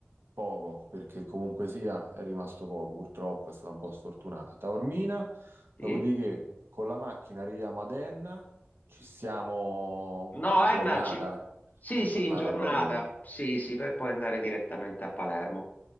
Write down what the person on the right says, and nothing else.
poco, perché comunque sia è rimasto poco, purtroppo è stata un po' sfortunata. Taormina, dopodiché
con la macchina arriviamo ad Enna, ci siamo
in giornata,
in
giornata
proprio.